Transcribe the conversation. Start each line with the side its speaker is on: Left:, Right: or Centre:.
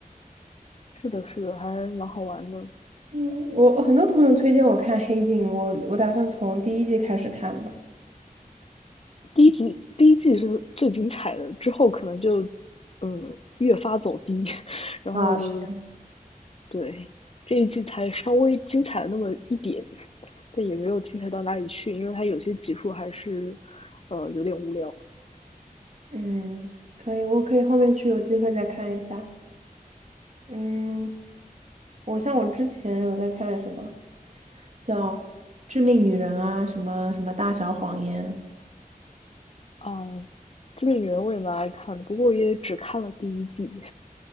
Left: 是的，是的，还蛮好玩的。
Right: 嗯，我我很多朋友推荐我看《黑镜》，我我打算从第一季开始看吧。
Left: 第一季第一季是最精彩的，之后可能就，嗯，越发走低，<laughs> 然后
Right: 啊，是的。
Left: 对，这一季才稍微精彩了那么一点，但也没有精彩到哪里去，因为它有些集数还是，呃，有点无聊。
Right: 嗯，可以，我可以后面去有机会再看一下。嗯，我像我之前有在看什么叫《致命女人》啊，什么什么《大小谎言》
Left: 嗯，《这个女人》我也蛮爱看的，不过也只看了第一季，